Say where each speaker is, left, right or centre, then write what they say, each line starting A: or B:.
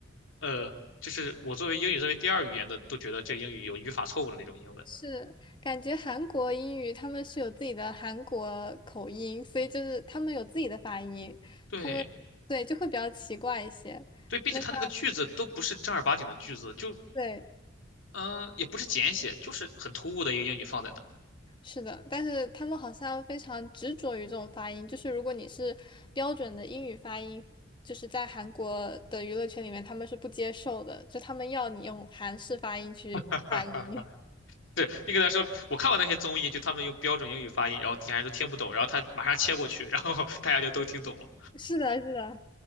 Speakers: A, on the left; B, on the left.
A: 呃，就是我作为英语作为第二语言的都觉得这英语有语法错误的那种英文，
B: 是，感觉韩国英语他们是有自己的韩国口音，所以就是他们有自己的发音，
A: 对
B: 他们对就会比较奇怪一些。
A: 对，并且他那个句子都不是正儿八经的句子，
B: 那像
A: 就
B: 对，
A: 嗯、呃也不是简写，就是很突兀的一个英语放在那儿。
B: 是的，但是他们好像非常执着于这种发音，就是如果你是标准的英语发音，就是在韩国的娱乐圈里面他们是不接受的，就他们要你用韩式发音去发音。
A: <laughs> 对你给他说，我看过那些综艺，就他们用标准英语发音，然后底下人都听不懂，然后他马上切过去，然后 <laughs> 大家就都听懂了。
B: <laughs> 是的，是的，